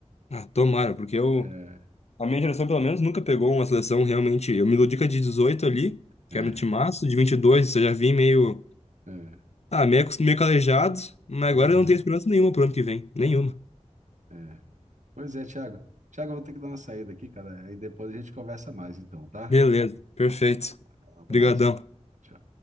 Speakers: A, on the left (about 60°); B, on the right (about 80°).
A: Ah, tomara, porque eu
B: É,
A: A minha geração, pelo menos, nunca pegou uma seleção realmente. Eu me iludi com a de 18 ali, que
B: é,
A: era um timaço, de 22, eu já vim meio.
B: é,
A: Ah, meio, acos- meio calejado, mas agora
B: aham,
A: eu não tenho esperança nenhuma pro ano que vem. Nenhuma.
B: é. Pois é, Thiago. Thiago, eu vou ter que dar uma saída aqui, cara. Aí depois a gente conversa mais, então, tá?
A: Beleza, perfeito.
B: Um abraço.
A: Obrigadão.
B: Tchau.